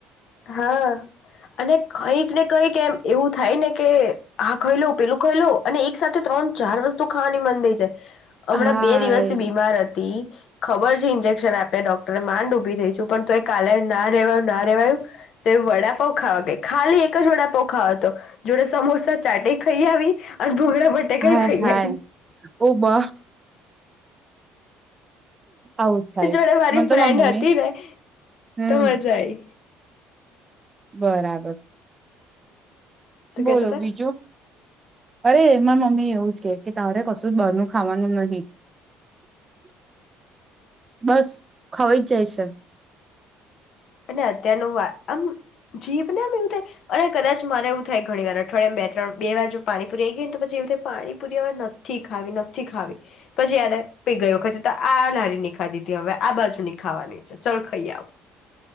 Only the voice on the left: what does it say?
હા, અને કંઈક ને કંઈક એમ એવું થાય ને કે, આ ખાઈ લવ પેલું ખાઈ લવ અને એક સાથે ત્રણ-ચાર વસ્તુ ખાવાની મન થઈ જાય હમણાં
બે દિવસ થી બીમાર હતી ખબર છે ઇન્જેક્શન આપે ડોક્ટરે, માંડ ઉભી થઈ છું, પણ તોય કાલે ના રહેવાયું, ના રહેવાયું તો, એ વડાપાઉં ખાવા ગઇ, ખાલી એક જ વડાપાઉં ખાવો તો, જોડે સમોસાચાટે ખાઇ આવી અને ભૂંગળા બટેકાઈ
ખાઈ
આવી
જોડે મારી
ફ્રેન્ડ
હતી ને
તો, મજા આઈ
શું
કેતા હતા
અને અત્યારનું વા.. આમ જીભને આમ એવું થાય અને કદાચ મારે એવું થાય ઘણી વાર અઠવાડિયામાં બે-ત્રણ, બે વાર જો પાણીપુરી આ આવી ગઈ ને તો પછી એવું થાય પાણીપુરી હવે નથી ખાવી નથી ખાવી પછી યાદ આવે એ ગય વખતેતો આ લારી ખાધી હતી. હવે આ બાજુ ખાવાની છે, ચાલ ખાઈ આવું.